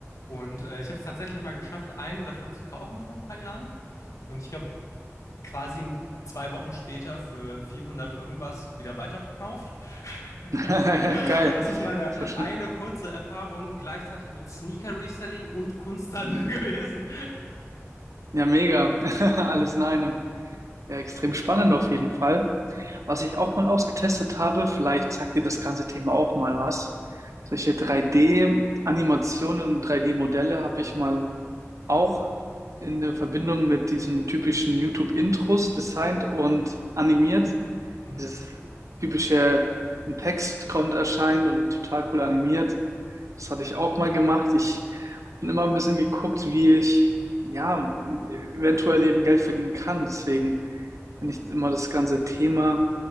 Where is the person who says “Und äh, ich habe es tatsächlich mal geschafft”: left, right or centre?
Left